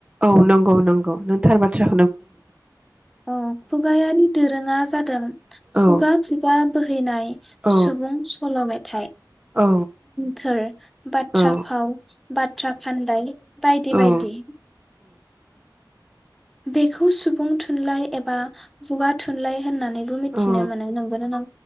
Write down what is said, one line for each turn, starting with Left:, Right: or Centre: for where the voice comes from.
Right: औ नंगौ नंगौ नों थार बाथ्रा।
Centre: अ फुगायारि दो रोङा जादों।
Right: औ
Centre: बगा फ्रिद। आ बोहैनाय
Right: औ
Centre: सुबुं सल' मेथाइ।
Right: औ।
Centre: फोर बाथ्रा
Right: औ
Centre: फाव बाथ्रा फानदाय बायदि
Right: औ
Centre: बायदि। बेखौ सुबुं थुनलाइ एबा खुगा थुनलाइ होननानैबो मिथिनो
Right: औ
Centre: मोनो नंगौना नों